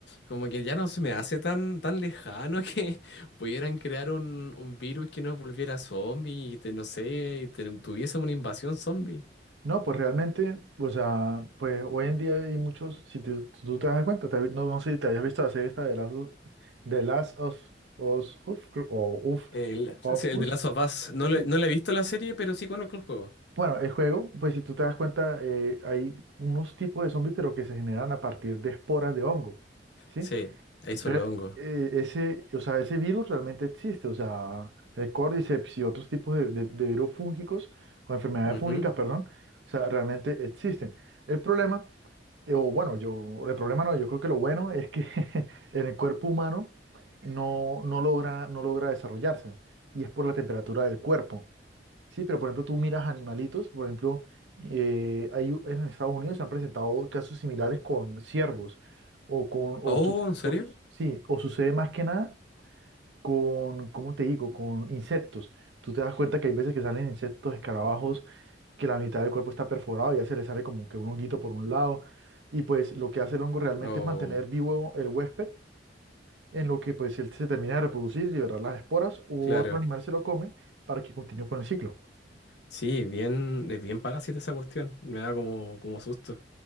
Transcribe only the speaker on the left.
como que ya no se me hace tan, tan lejano <laughs> que pudieran crear un, un virus que nos volviera zombie y te, no sé, y te- tuviese una invasión zombie.
El,
sí, el
de Last of Us, no
le, no le he visto la serie, pero sí conozco el juego.
Sí, ahí son
los hongos.
Ujú.
Oh,
¿en serio?
Oh,
claro.
Sí, bien, es bien parásita esa cuestión. Me da como, como susto.